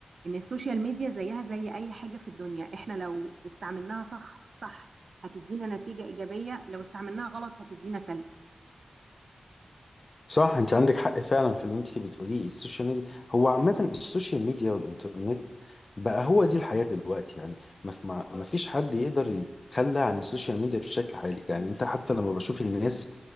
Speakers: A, on the right; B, on the left.
A: ان السوشيال ميديا زيها زي اي حاجه في الدنيا احنا لو استعملناها صح صح هتدينا نتيجه ايجابيه لو استعملناها غلط هتدينا سلبي
B: صح انت عندك حق فعلا في اللي انت بتقوليه السوشيال ميديا هو عامة السوشيال ميديا والانترنت بقى هو دي الحياة دلوقتي يعني ما في- ما ما فيش حد يقدر يتخلى عن السوشيال ميديا بشكل حالي يعني انت حتى لما بشوف الناس